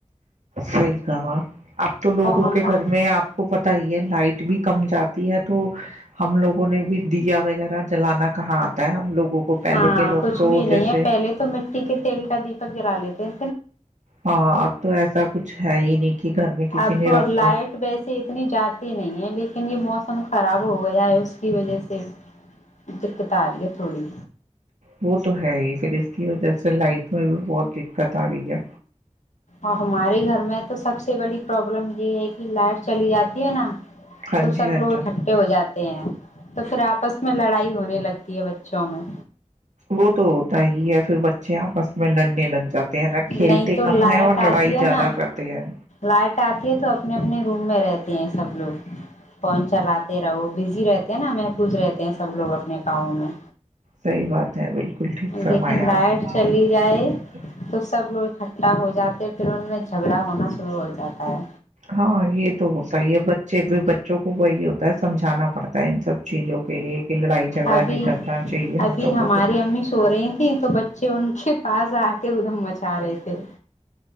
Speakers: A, on the right; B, on the left.
A: صحی کہا اب تو لوگوں
B: او ہما
A: کے گھر میں آپ کو پتا ہی ہے لائٹ بھی کم جاتی ہے تو ہم لوگوں نے بھی دیا وغیرہ جلانا کہاں آتا ہے ہم لوگوں کو پہلے
B: ہاں
A: کے لوگ
B: کچھ
A: تو
B: بھی نہیں
A: جیسے
B: ہے پہلے تو مٹی کے تیل کا دیپک گرا لیتے <inaudible>
A: ہاں اب تو ایسا کچھ ہے ہی نہیں کہ گھر میں کسی
B: اب
A: نے رکھا
B: لائٹ ویس اتنی جاتی نہیں ہے لیکن لیکن یہ موسم خراب ہو گیا ہے اس کی وجہ سے دقت آ رہی ہے تھوڑی
A: وہ تو ہے ہی پھر اس کی وجہ سے لائٹ میں بھی بہت دقت آ رہی ہے
B: اور ہمارے گھر میں تو سب سے بڑی پروابلم یہ ہے کہ لائٹ چلی جاتی ہے نا
A: ہاں
B: تو
A: جی
B: سب
A: ہاں
B: لوگ
A: جی
B: اٹھے ہو جاتے تو پھر آپس میں لڑائی ہونے لگتی ہے بچوں میں
A: وہ تو ہوتا ہی ہے پھر بچے آپس میں لڑنے لگ جاتے ہیں نا کھیلتے
B: نہیں تو
A: کم
B: لائٹ
A: ہے اور لڑائی
B: آتی ہے
A: زیادہ
B: نا
A: کرتے ہیں
B: لائٹ آتی ہے تو اپنے اپنے روم میں رہتے سب لوگ فون چلاتے رہو بزی رہتے ہیں نا محفوظ رہتے ہیں سب لوگ اپنے کااؤں میں
A: صحی بات ہے بالکل ٹھیک فرمایا
B: لیکن لائٹ
A: آپ نے
B: چلی جائے تو سب لوگ اکٹھا ہو جاتے پھر ان میں جھگڑا ہونا شروع ہو جاتا ہے
A: ہاں یہ تو ہوتا ہی ہے بچے بھی بچوں کو وہی ہوتا ہے سمجھانا پڑتا ہے ان سب چیزوں کے لیے کہ لڑائی جھگڑا
B: ابھی
A: نہیں کرنا چاہیے ہم
B: ابھی
A: لوگوں
B: ہماری
A: کو
B: امی سو رہی تھیں تو بچے ان کے پاس آ کے ادھم مچھا رہے تھے <inaudible>